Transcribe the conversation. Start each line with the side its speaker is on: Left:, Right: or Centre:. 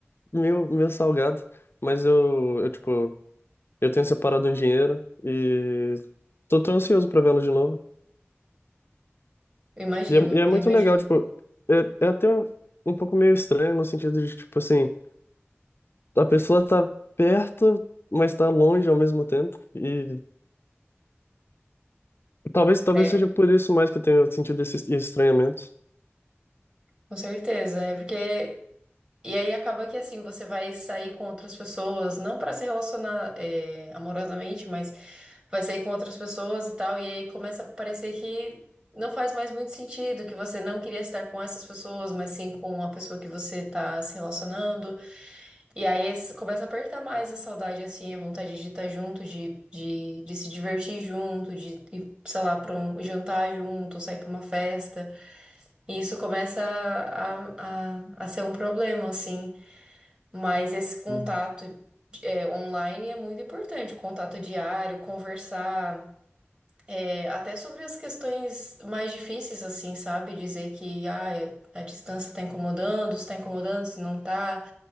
Left: meio, meio salgado, mas eu, eu, tipo, eu tenho separado um dinheiro e tô, tô ansioso pra vê-lo de novo.
Right: Eu imagino,
Left: E é, e é muito
Right: eu imagino.
Left: legal, tipo, é, é até um pouco meio estranho no sentido de, tipo assim, a pessoa tá perto, mas tá longe ao mesmo tempo. E Talvez, talvez
Right: É,
Left: seja por isso mais que eu tenha sentido esse estranhamento.
Right: com certeza. É porque E aí acaba que assim, você vai sair com outras pessoas, não pra se relacionar é, amorosamente, mas vai sair com outras pessoas e tal, e aí começa a parecer que não faz mais muito sentido, que você não queria estar com essas pessoas, mas sim com a pessoa que você tá se relacionando. E aí esse- começa a apertar mais a saudade, assim, a vontade de estar junto, de, de, de se divertir junto, de ir, sei lá, pra um jantar junto, sair pra uma festa. E isso começa a, a, a ser um problema, assim. Mas esse contato
Left: Hum,
Right: é, online é muito importante, contato diário, conversar, é, até sobre as questões mais difíceis, assim, sabe? Dizer que ah, é- a distância tá incomodando, se tá incomodando, se não tá.